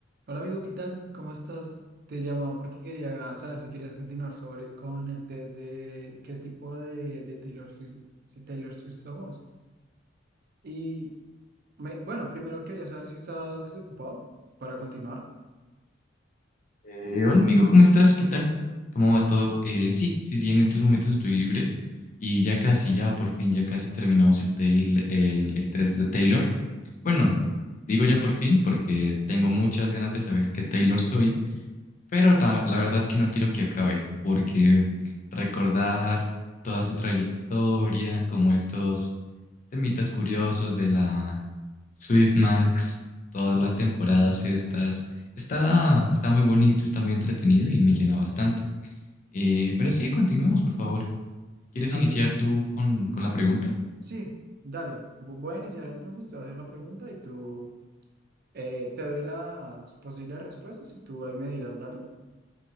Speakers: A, on the right; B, on the left.
A: Hola amigo, ¿qué tal? ¿Cómo estás? Te llamaba porque quería saber si querías continuar sobre con el test de qué tipo de, de Taylor Swift, si Taylor Swift somos. Y me- bueno, primero quería saber si estás desocupado para continuar.
B: Eh, hola amigo, ¿cómo estás? ¿Qué tal? ¿Cómo va todo? Eh, sí, sí, sí, en estos momentos estoy libre y ya casi, ya por fin, ya casi terminamos el, tail-
A: <laughs> Ujú.
B: el, el test de Taylor. Bueno, digo ya por fin porque tengo muchas ganas de saber qué Taylor soy pero ta- la verdad es que no quiero que acabe, porque recordar toda su trayectoria, como estos temitas curiosos de la Max, todas
A: Claro.
B: las temporadas estas, está, está muy bonito, está muy entretenido y me llena bastante. Eh, pero sí, continuemos, por favor. ¿Quieres
A: A
B: iniciar
A: mí,
B: tú con, con la pregunta?
A: sí, dale. Vo- Voy a iniciar entonces, te voy a hacer la pregunta y tú eh, te doy las posibles respuestas y tú ahí me dirás, dale.